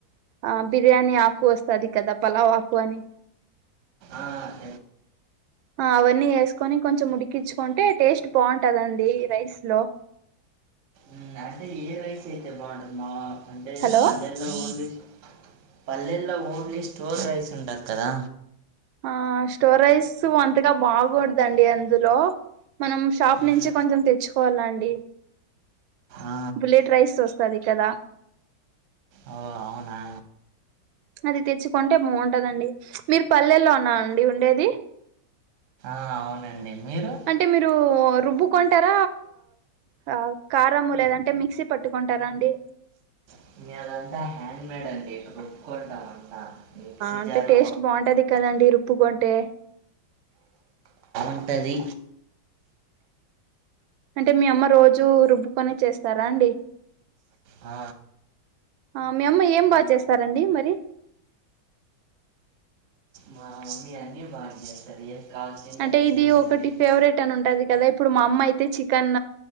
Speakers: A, on the right (about 80°); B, on the right (about 55°).
A: ఆ బిర్యానీ ఆకు వస్తాది కదా పలావ్ ఆకు అని
B: ఆ <unintelligible>
A: ఆ అవన్నీ వేసుకొని కొంచెం ఉడికించుకుంటే టేస్ట్ బాగుంటదిండి రైస్ లో
B: మ్మ్, అంటే ఏ రైస్ అయితే బాగుం <unintelligible>
A: హలో
B: <unintelligible> పల్లెల్లో ఓన్లీ స్టోర్ రైస్ ఉంటది కదా
A: ఆ స్టోర్ రైస్ అంతగ బాగోదండి అందులో మనం షాప్
B: మ్మ్.
A: నుంచి కొంచెం తెచ్చుకోవాల అండి
B: ఆ
A: బులెట్ రైస్ వస్తది కదా
B: ఓ అవునా
A: అది తెచ్చుకుంటే బాగుంటదండి మీరు పల్లెల్లో <unintelligible> అండి ఉండేది
B: ఆ అవునండి మీరు
A: అంటే మీరు రుబ్బు కొంటార ఆ కారం లేదంటే మిక్సీ పట్టుకుంటార అండి
B: <unintelligible> హ్యాండ్ మేడ్ అండి <unintelligible>
A: అంటే
B: జార్లో
A: టేస్ట్ బాగుంటది కదండి రుప్పు <unintelligible>
B: ఉంటది
A: అంటే మీ అమ్మ రోజు రుబ్బుకొనే చేస్తార అండి
B: ఆ
A: ఆ మీ అమ్మ ఏం బాగ చేస్తారండి మరి
B: మా మమ్మీ అన్నీ బాగ చేస్తది ఏది
A: అంటే ఇది ఒకటి
B: <unintelligible>
A: <unintelligible> ఉంటది కదా ఇప్పుడు మా అమ్మ అయితే చికన్